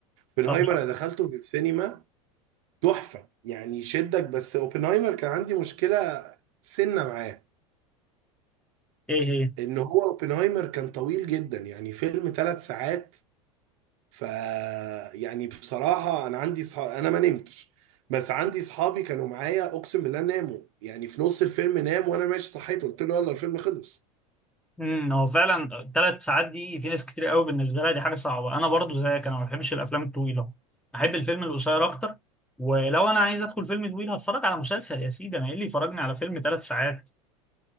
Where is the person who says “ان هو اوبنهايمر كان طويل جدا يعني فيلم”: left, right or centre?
Right